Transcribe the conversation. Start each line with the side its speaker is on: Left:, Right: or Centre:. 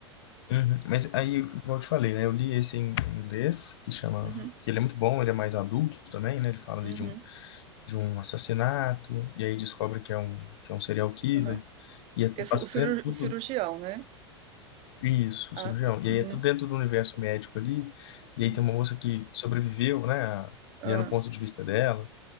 Left: Uhum. Mas aí, igual eu te falei, né, eu li esse em inglês, que chama
Right: Uhum,
Left: que ele é muito bom, ele é mais adulto também, né, ele fala
Right: uhum,
Left: ali de um de um assassinato, e aí descobre que é um que é um serial killer,
Right: uhum.
Left: e é
Right: Esse,
Left: passa
Right: o, cirur-
Left: até tudo
Right: o cirurgião, né?
Left: isso,
Right: Ah,
Left: o cirurgião.
Right: tá.
Left: E
Right: Uhum,
Left: aí é tudo dentro do universo médico ali, e
Right: uhum.
Left: aí tem uma moça que sobreviveu, né,
Right: Ah,
Left: e é no ponto de vista dela.